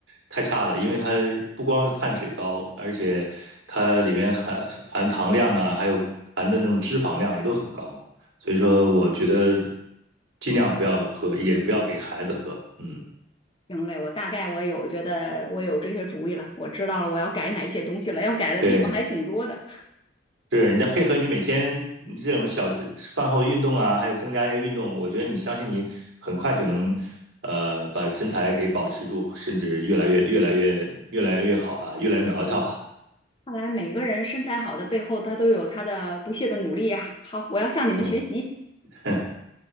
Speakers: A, on the right (about 85°); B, on the left (about 25°).
A: 太差了，因为它不光碳水高，而且它里边含含糖量啊，还有含的那种脂肪量也都很高，所以说我觉得尽量不要喝，也不要给孩子喝。嗯，
B: 行嘞，我大概我有觉得我有这些主意了，我知道了我要改哪些东西了，要改的地方还挺多的。
A: 对，是你再配合你每天这种小饭后的运动啊，还有增加一些运动，我觉得你相信你很快就能，呃，把身材给保持住，甚至越来越越来越越来越好吧，越来越苗条吧。
B: 看来每个人身材好的背后，他都有他的不懈的努力呀、好，我要向你们学习。
A: 嗯，<laughs>